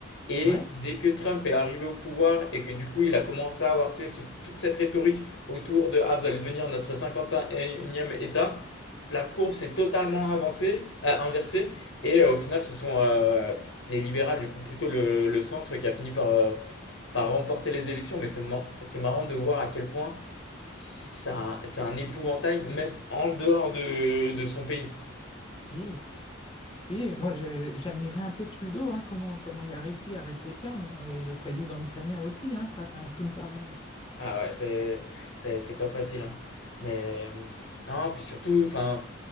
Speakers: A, on the left (about 60°); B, on the left (about 25°).
A: Et
B: Ouais,
A: dès que Trump est arrivé au pouvoir et que du coup il a commencé à avoir tu sais, ce- toute cette rhétorique autour de Ah, vous allez devenir notre 51e État, la courbe s'est totalement avancée, euh, inversée. Et euh, au final, ce sont euh, les libérales, du coup, plutôt le, le centre qui a fini par, euh, par remporter les élections. Mais c'est ma- c'est marrant de voir à quel point c'est un, c'est un épouvantail, même en dehors de, de son pays.
B: si. Si, moi je- j'admirais un peu Trudeau, hein, comment, comment il a réussi à rester calme, et le président ukrainien aussi, hein, face à un clown pareil.
A: Ah ouais, c'est c'est- c'est pas facile. hein. Mais euh, non, puis surtout, enfin,